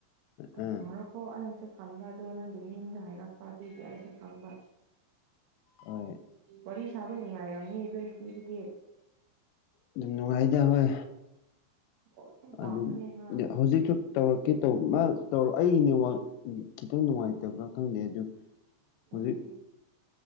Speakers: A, on the right; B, on the left.
A: ꯈꯟ
B: ꯑꯥ
A: ꯍꯥꯏꯔꯣꯀꯣ ꯑꯩꯅꯁꯨ ꯈꯟꯕ ꯑꯗꯣ ꯅꯪꯒꯤ ꯃꯤꯡꯗꯣ ꯍꯥꯏꯔꯛꯄ ꯑꯗꯨꯏꯗꯤ ꯑꯩꯁꯨ ꯈꯪꯕ
B: ꯍꯣꯏ
A: ꯋꯥꯔꯤ ꯁꯥꯕ ꯅꯨꯡꯉꯥꯏꯔꯝꯅꯤ ꯑꯗꯨ ꯅꯨꯄꯤꯗꯨꯗꯤ
B: ꯑꯗꯨꯝ ꯅꯨꯡꯉꯥꯏꯗ ꯍꯣꯏ
A: ꯑꯣ ꯌꯥꯝ ꯄꯥꯝꯕꯅꯦ
B: ꯑꯗꯨ
A: ꯃꯥ
B: ꯍꯧꯖꯤꯛꯁꯨ ꯇꯧꯔꯛꯀꯦ ꯇꯧꯕ ꯃꯥ ꯇꯧꯔ ꯑꯩꯒꯤꯅꯦ ꯈꯤꯇꯪ ꯅꯨꯡꯉꯥꯏꯇꯕ꯭ꯔꯥ ꯈꯪꯗꯦ ꯑꯗꯨ ꯍꯧꯖꯤꯛ
A: ꯎꯝ